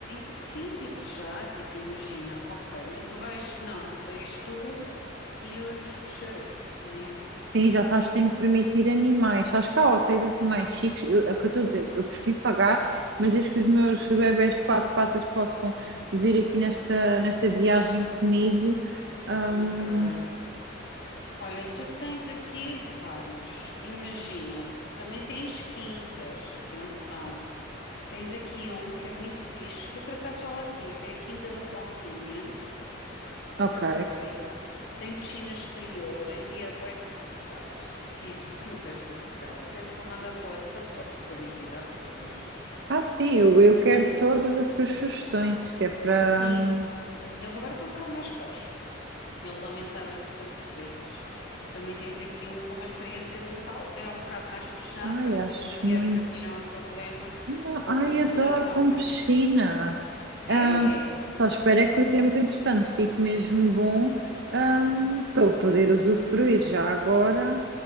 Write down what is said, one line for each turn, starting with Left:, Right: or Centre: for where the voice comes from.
Left: sim, digo-te já, tipo, imagina, ok, mas tu vais, não, tens tu e os xarocos, né?
Right: sim, já sabes que tenho que permitir animais. Sabes que há hotéis assim mais chiques, eu, é o que eu estou a dizer, eu prefiro pagar, mas desde que os meus bebés de quatro patas possam vir aqui nesta, nesta viagem comigo. ahm,
Left: Ok. Olha, tu tens aqui vários, imagina, também tens quintas, atenção. Tens aqui um que é muito fixe, que eu por acaso já lá tive, é a Quinta da Pontinha,
Right: ok.
Left: ok? Tem piscina exterior e é bué sossegado, tipo, super sossegado. Até te vou mandar para o WhatsApp só por curiosidade para ver.
Right: Ah, sim,
Left: Eles
Right: eu, eu quero
Left: antes,
Right: todas as tuas sugestões, que é para.
Left: sim,
Right: hum,
Left: eles agora estão um bocado mais caros. Eles aumentaram, entretanto, os preços. Também tens aqui um com uma experiência brutal. É um bocado mais puxado,
Right: Ai,
Left: mas
Right: acho
Left: como o dinheiro
Right: muito.
Left: para ti não é um problema,
Right: Não,
Left: vou-te
Right: ai, adoro
Left: mandar também.
Right: com piscina.
Left: É!
Right: Hum, só espero é que o tempo, entretanto, fique mesmo bom, hum, para eu poder usufruir já agora.